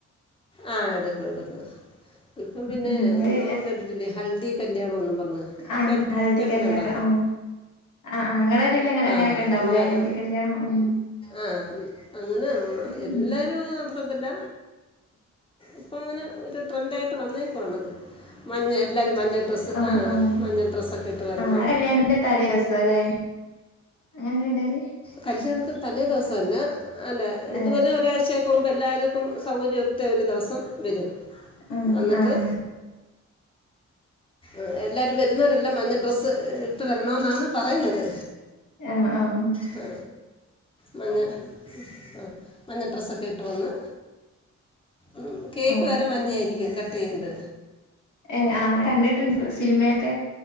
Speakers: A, on the left; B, on the left.
A: ആഹ് എടുക്കു, എടുക്കു ഇപ്പം പിന്നെ
B: ഉം ഇങ്ങള്
A: നമ്മള് കേട്ടിട്ടില്ലേ ഹൽദി കല്യാണന്നും പറഞ്ഞ്
B: ആഹ്
A: കേ
B: ഹൽദി
A: കേട്ടിട്ടുണ്ടോ
B: കല്യാണം ആഹ് ആഹ് ആഹ് ഇങ്ങളതീല് എങ്ങനെ അങ്ങനെക്കെ
A: ആഹാ
B: ഉണ്ടാവൂല്ലേ,
A: എല്ലാവരും
B: ഹെൽദി കല്യാണം ഉം
A: ആഹ് അങ്ങനെ
B: ഉം
A: എല്ലാരും അങ്ങനെ നടത്തത്തില്ല ഇപ്പ അങ്ങനെ ഒരു ട്രെൻഡായിട്ട് വന്നേക്കുവാണത് മഞ്ഞ എല്ലരും മഞ്ഞ ഡ്രസ്സ്
B: ആഹ്
A: ആ
B: ആഹ്
A: മഞ്ഞ ഡ്രസ്സൊക്കെ ഇട്ട് വരണം
B: ആഹ് കല്യാണന്റെ തലേസം ലെ അങ്ങനെല്ലേ ഉണ്ടാവൽ
A: കല്യാണത്തിന് തലേദിവസല്ല അല്ല
B: ഏ
A: ഇതുപോലെ ഒരാഴ്ചക്കുമ്പ് എല്ലാര്ക്കും സൗകര്യം ത്തെ ഒരു ദവസം വരും
B: ആഹ്
A: വന്നിട്ട്
B: ആഹ്
A: ആഹ് എല്ലാരും വരുന്നവരെല്ലാം മഞ്ഞ ഡ്രസ്സ് ഇട്ട് വരണമെന്നാണ് പറയുന്നത്
B: ഏഹ് ആഹ്
A: ഹാ മഞ്ഞ ആഹ് മഞ്ഞ ഡ്രസ്സൊക്കെ ഇട്ട് വന്ന് ഉം കേക്ക്
B: ഓ
A: വേരെ മഞ്ഞായിരിക്കും കട്ട്യ്യുന്നത്
B: ഏഹ് ആഹ് കണ്ടിട്ടുണ്ട് സിനിമയൊക്കെ